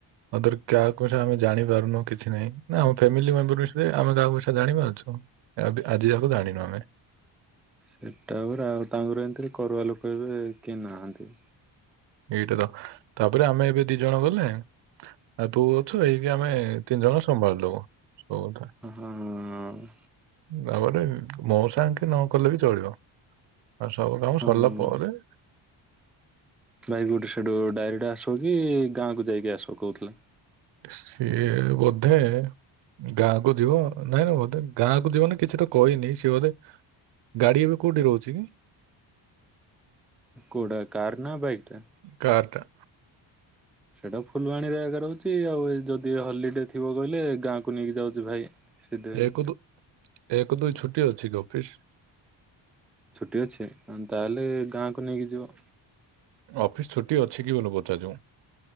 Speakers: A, on the right; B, in the centre.
A: ଆଉ ତାହାଲେ କାହାକୁ କହିଲା ଆମେଜାଣି ପାରୁନୁ କିଛି ନାହିଁ। ନା ଆମ ଫାମିଲି ମେମ୍ବର ବିଷୟରେ ଆମେ କାହାକୁ କିଛି ଜାଣିପାରୁଚୁ, ଆଜି ଯାକେ ଜାଣିନୁ ଆମେ।
B: ହେଟା ପରା ଆଉ ତାଙ୍କ ଘରେ ଏମତିରେ କରୁଆ ଲୋକ ଏବେ କେହି ନାହାନ୍ତି।
A: ଏଇଟା ତ, ତାପରେ ଆମେ ଏବେ ଦି ଜଣ ଗଲେ ଆଉ ତୁ ଅଛୁ ଏଇକେ ଆମେ ତିନି ଜଣ ସମ୍ଭାଳିଦବୁ। <unintelligible>
B: ହଁ ହଁ।
A: ତାପରେ ମଉସା ଆଙ୍କେ ନ କଲେ ବି ଚଳିବ। ଆଉ ସବୁ କାମ
B: ହଁ
A: ସରିଲା ପରେ
B: ବାଇକ୍ ରେ ଗୋଟେ ସେଇଠୁ ଡାଇରେକ୍ଟ ଆସିବ କି ଗାଁକୁ ଯାଇକି ଆସିବ କହୁଥିଲା?
A: ସିଏ ବୋଧେ ଗାଁ କୁ ଯିବ ନାଇଁ ନାଇଁ ବୋଧେ ଗାଁକୁ ଯିବନି କିଛି ତ କହିନି ସିଏ ବୋଧେ ଗାଡି ଏବେ କୋଉଠି ରହୁଛି କି?
B: କୋଉଟା କାର ନା ବାଇକ ଟା?
A: କାରଟା।
B: ସେଇଟା ଫୁଲବାଣୀରେ ଏଗା ରହୁଛି ଆଉ ଏ ଯଦି ହଲିଡେ ଥିବ କହିଲେ ଗାଁକୁ ନେଇକି ଯାଉଛି ଭାଇ। ସିଧୁ ଭାଇ
A: ଏକ ଦୁ ଏକ ଦୁଇ ଛୁଟି ଅଛି କି ଅଫିସ୍?
B: ଛୁଟି ଅଛି ତାହେଲେ ଗାଁକୁ ନେଇକି ଯିବ।
A: ଅଫିସ ଛୁଟି ଅଛି କି ବୋଲି ପଚାରୁଛ?